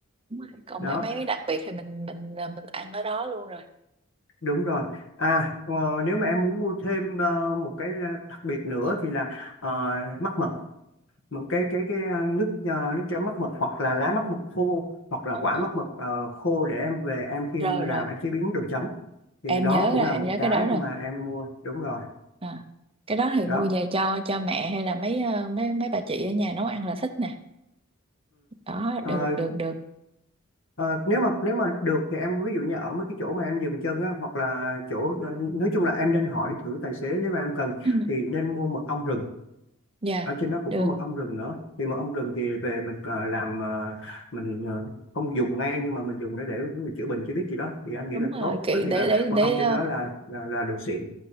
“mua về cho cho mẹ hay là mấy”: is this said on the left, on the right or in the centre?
Right